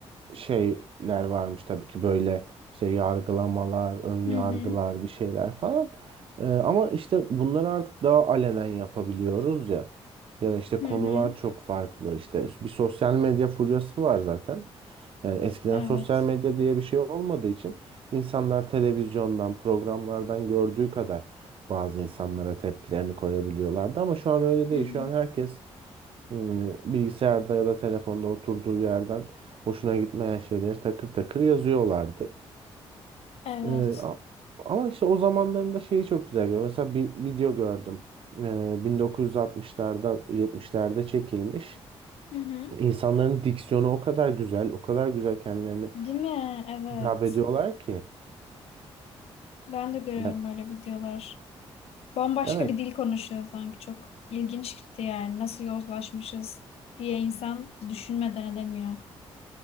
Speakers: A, on the right; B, on the left.
A: şeyler varmış tabii ki böyle işte yargılamalar, ön yargılar
B: Hı hı.
A: bir şeyler falan. Ee, ama işte bunları artık daha alenen yapabiliyoruz ya. Ya da işte
B: Hı
A: konular
B: hı.
A: çok farklı. İşte bir sosyal medya furyası var zaten. Yani eskiden
B: Evet.
A: sosyal medya diye bir şey olmadığı için insanlar televizyondan, programlardan gördüğü kadar bazı insanlara tepkilerini koyabiliyorlardı ama şu an öyle değil.
B: Hı hı.
A: Şu an herkes ım, bilgisayarda ya da telefonda oturduğu yerden hoşuna gitmeyen şeyleri takır takır yazıyorlardı.
B: Evet.
A: Ee, a- ama işte o zamanlarında şeyi çok güzel görüyorum. Mesela bir video gördüm. Ee, 1960'larda, 70'lerde çekilmiş.
B: Hı hı.
A: İnsanların diksiyonu o kadar güzel, o kadar güzel kendilerini
B: Değil mi? Evet.
A: hitap ediyorlar ki.
B: Ben de görüyorum
A: Ya,
B: öyle videolar. Bambaşka
A: evet
B: bir dil konuşuyor sanki. Çok ilginç gitti yani. Nasıl yozlaşmışız diye insan düşünmeden edemiyor.